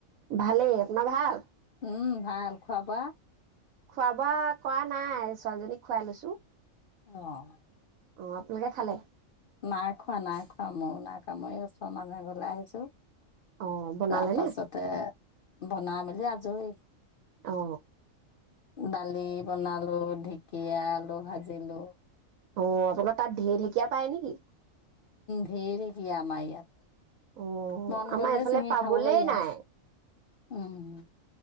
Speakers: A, on the right; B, on the left.
A: ভালেই আপোনাৰ ভাল
B: উম ভাল খোৱা ৱোবা
A: খোৱা বোৱা কৰা নাই ছোৱালীজনীক খুৱাই লৈছো
B: অহ
A: অ আপোনালোকে খালে
B: নাই খোৱা নাই খোৱা ম ও নাই খোৱা মই আছো মানে গলাই আহিছো
A: অ বনালে
B: তাৰ পাছতে
A: নে?
B: বনাই মেলি আজৰি
A: অ
B: দালি বনালো ঢেকীয়া আলু ভাজিলো
A: ত তত তাত ঢেৰ ঢেকীয়া পাই নেকি
B: ধেই ঢেকিয়া আমাৰ ইয়াত
A: অ
B: মন
A: আমাৰ
B: গলে
A: এইফালে
B: চিঙি
A: পাবলেই
B: খাব প আৰু
A: নাই।
B: উম